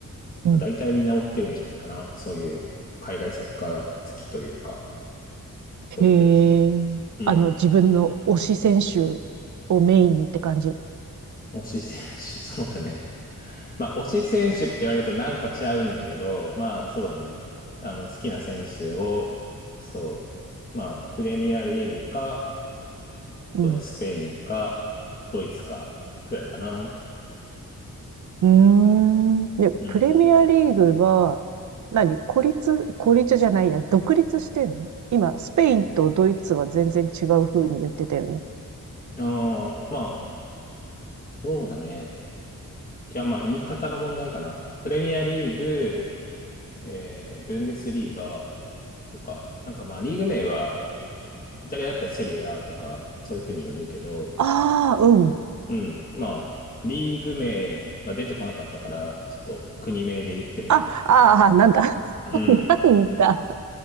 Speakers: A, on the right; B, on the left.
A: うん。
B: まあ、大体みんな追ってるんじゃないかな。そういう海外サッカー好きというか、そういう人たち。
A: へえ。
B: うん。
A: あの、自分の推し選手をメインにって感じ。
B: 推し選手、<laughs> そうだね。まあ推し選手って言われるとなんかちゃうんだけど、まあそうだね。あの好きな選手を、そう。まあプレミアリーグか、
A: うん。
B: そうね、スペインか、ドイツか、くらいかな。
A: うーん。で、
B: うん。
A: プレミアリーグは、何孤立、孤立じゃないや、独立してんの今、スペインとドイツは全然違う風に言ってたよね。
B: ああ、まあ、そうだね。いや、まあ、言い方の問題かな。プレミアリーグ、えー、ブンデスリーガとか、なんかまあ、リーグ名は、イタリアだったらセリエ A とか、そういうふうに呼ぶけど、
A: ああ、うん。
B: うん、まあ、リーグ名が出てこなかったから、ちょっと国名で言ってみたかな。
A: あ、ああ、なんだ。
B: うん、
A: <laughs> なんだ。